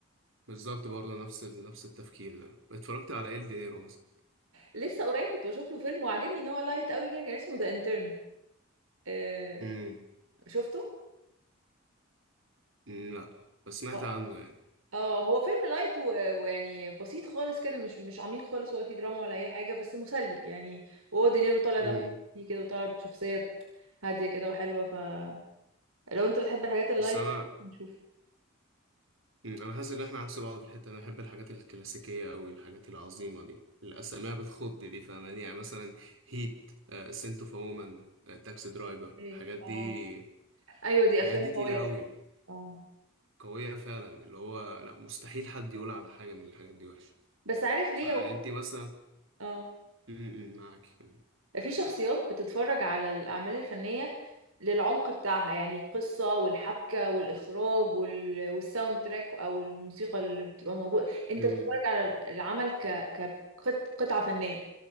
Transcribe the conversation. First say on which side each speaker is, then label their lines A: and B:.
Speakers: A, on the right (about 65°); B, on the right (about 80°).
A: بالظبط برضه نفس ال... نفس التفكير ده اتفرجت على ال دينيرو مثلا
B: لسه قريب كنت بشوف له فيلم وعجبني ان هو لايت قوي كده كان اسمه ذا انترن آه
A: امم
B: شفته
A: لا بس سمعت
B: اه
A: عنه يعني
B: اه هو فيلم لايت و... ويعني بسيط خالص كده مش مش عميق خالص ولا فيه دراما ولا اي حاجه بس مسلي يعني وهو دينيرو طالع دمه
A: امم
B: خفيف كده وطالع بشخصيه هاديه كده وحلوه فلو انت بتحب الحاجات اللايت
A: بس انا
B: كده ممكن نشوف
A: مم، انا حاسس ان احنا عكس بعض في الحته انا بحب الحاجات الكلاسيكيه قوي الحاجات العظيمه دي الاسماء بتخض دي فاهماني يعني مثلا هيت آه سنت اوف وومن آه تاكسي درايفر
B: ايه
A: الحاجات دي
B: اه ايوه دي
A: الحاجات
B: افلام
A: دي تقيله
B: قويه
A: قوي
B: اه
A: قويه فعلا اللي هو لا مستحيل حد يقول على حاجه من الحاجات دي وحشه
B: بس عارف ليه
A: فانت
B: هو
A: مثلا
B: اه
A: امم معاكي كمان
B: في شخصيات بتتفرج على الأعمال الفنية للعمق بتاعها يعني القصة والحبكة والإخراج وال... والساوند تراك أو الموسيقى اللي بتبقى موجودة أنت
A: امم
B: بتتفرج على العمل ك... كقطعة فنية